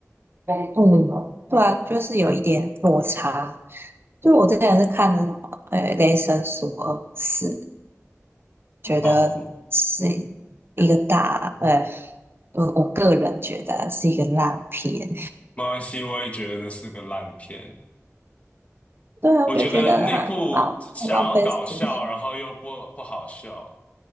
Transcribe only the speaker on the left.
哦，
没关系，我也觉得是个烂片。
我觉得那部想要搞笑，
然后又不不好笑。